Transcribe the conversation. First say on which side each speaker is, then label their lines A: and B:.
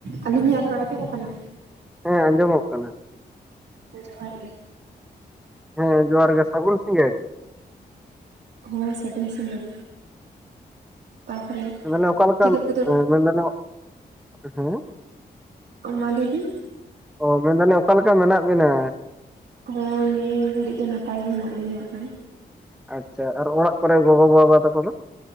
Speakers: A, on the right (about 80°); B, in the centre.
A: ᱟᱹᱞᱤᱧ ᱦᱮᱸ ᱨᱚᱲ ᱟᱡᱚᱢᱚᱜ ᱠᱟᱱᱟ?
B: ᱦᱮᱸ ᱟᱸᱡᱚᱢᱚᱜ ᱠᱟᱱᱟ ᱾
A: ᱡᱚᱦᱟᱨ ᱜᱮ᱾
B: ᱦᱮᱸ ᱡᱚᱦᱟᱨ ᱜᱮ ᱥᱟᱹᱜᱩᱱ ᱥᱤᱸᱜᱟᱹᱲ
A: ᱦᱮᱸ ᱥᱟᱜᱩᱱ ᱥᱤᱸᱜᱟᱹᱲ᱾ ᱛᱟᱯᱚᱨᱮ
B: ᱦᱮᱸ ᱚᱠᱟ ᱞᱮᱠᱟ
A: ᱪᱮᱫᱟᱜ
B: ᱮᱸ
A: ᱠᱚᱫᱚ
B: ᱢᱮᱱ ᱫᱟᱞᱮ ᱚ ᱦᱮᱸ?
A: ᱚ ᱢᱟ ᱞᱟᱹᱭᱵᱤᱱ
B: ᱚ ᱢᱮᱱᱫᱟᱞᱤᱧ ᱚᱠᱟ ᱞᱮᱠᱟ ᱢᱮᱱᱟᱜ ᱵᱤᱱᱟ?
A: ᱦᱮᱸ ᱱᱤᱭᱟᱹ ᱜᱷᱟᱹᱲᱤᱡ ᱫᱚ ᱱᱟᱯᱟᱭ ᱜᱮ ᱦᱮᱱᱟᱜ ᱞᱤᱧᱟᱹ ᱦᱟᱸᱜ ᱠᱷᱟᱱ᱾
B: ᱟᱪᱪᱷᱟ ᱟᱨ ᱚᱲᱟᱜ ᱠᱚᱨᱮ ᱜᱚᱜᱚ ᱵᱟᱵᱟ ᱛᱟᱠᱚ ᱫᱚ?